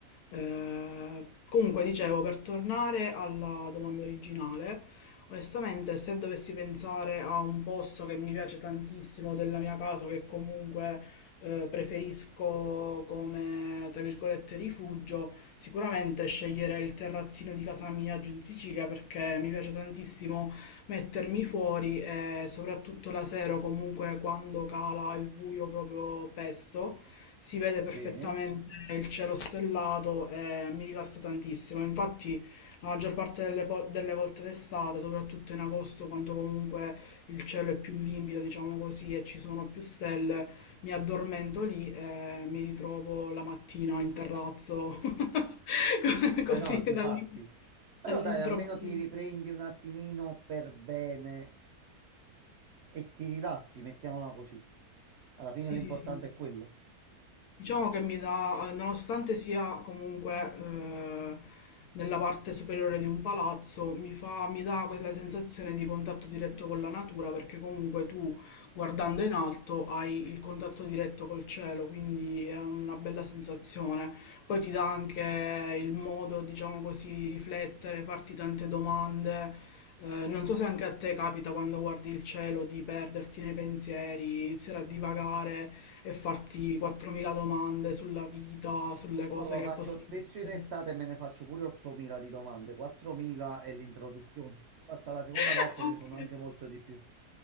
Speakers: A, on the left; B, on the right.
A: Eh, comunque, dicevo, per tornare alla domanda originale, onestamente, se dovessi pensare a un posto che mi piace tantissimo della mia casa, che comunque eh, preferisco come, tra virgolette, rifugio, sicuramente sceglierei il terrazzino di casa mia giù in Sicilia perché mi piace tantissimo mettermi fuori e soprattutto la sera, o comunque quando cala il buio proprio pesto, si vede
B: sì.
A: perfettamente il cielo stellato e mi rilassa tantissimo. Infatti la maggior parte delle, po- delle volte d'estate, soprattutto in agosto, quando comunque il cielo è più limpido, diciamo così, e ci sono più stelle, mi addormento lì e mi ritrovo la mattina in terrazzo, <laughs> co-
B: Ah
A: così
B: no, difatti.
A: dall'im-
B: Però
A: dall'improvviso.
B: dai, almeno ti riprendi un attimino per bene e ti rilassi, mettiamola così. Alla fine
A: Sì,
B: l'importante
A: sì, sì.
B: è quello.
A: Diciamo che mi dà, eh, nonostante sia comunque eh, nella parte superiore di un palazzo, mi fa, mi dà quella sensazione di contatto diretto con la natura, perché comunque tu guardando in alto hai il contatto diretto col cielo, quindi è una bella sensazione. Poi ti dà anche il modo, diciamo così, di riflettere, farti tante domande. Eh, non so se anche a te capita quando guardi il cielo di perderti nei pensieri, iniziare a divagare e farti 4.000 domande sulla vita, sulle
B: No,
A: cose
B: no, lo
A: che
B: faccio
A: possono
B: spesso
A: succedere.
B: in estate e me ne faccio pure 8.000 di domande. 4.000 è l'introduzione. Basta la seconda
A: <laughs>
B: parte, ne sono anche molto di più.